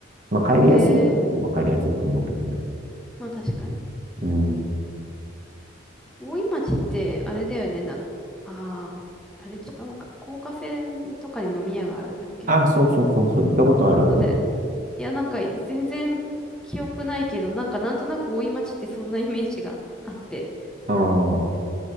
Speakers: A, on the right; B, in the centre.
A: まあ帰りやすい。
B: ええ
A: わかりやすいと思うけどね。
B: まあ確かに。
A: うん。
B: 大井町って、あれだよね、な、ああ、あれ違うか。高架線とかに飲み屋があるんだっけ。
A: あ、そうそうそうそう。行ったことある
B: そうだよね。いや、なんか、全然記憶ないけど、なんか、なんとなく大井町ってそんなイメージがあって。
A: ああ